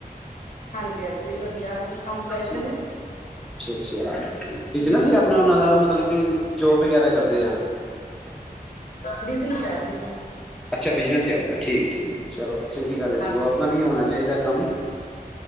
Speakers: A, on the left; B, in the centre.
A: ਹਾਂਜੀ ਹਾਂਜੀ ਵਧੀਆ ਕੰਮ ਗਏ
B: ਅਛਾ-
A: ਦੇ ਨੇ
B: ਅਛਾ
A: ਹਾਂਜੀ,
B: ਵਿਚ
A: ਤੁਸੀਂ
B: ਨਾ
A: ਦੱਸੋ?
B: ਸੀ ਆਪਣਾ ਉਹਨਾ ਦਾ ਮਤਲਬ ਜੋਬ ਵਗੈਰਾ ਕਰਦੇ ਆ
A: ਬਿਜਨਸ ਹੈ ਬਿਜਨਸ
B: ਅਛਾ ਬਿਜਨਸ ਹੈ। ਆਪਣਾ ਠੀਕ- ਠੀਕ ਚਲੋ ਚਗੀ ਗਲ ਹੈ।
A: ਹਾਂਜੀ,
B: ਸਗੋ ਆਪਣਾ ਵੀ ਹੋਣਾ ਚਾਹੀਦਾ ਕਮ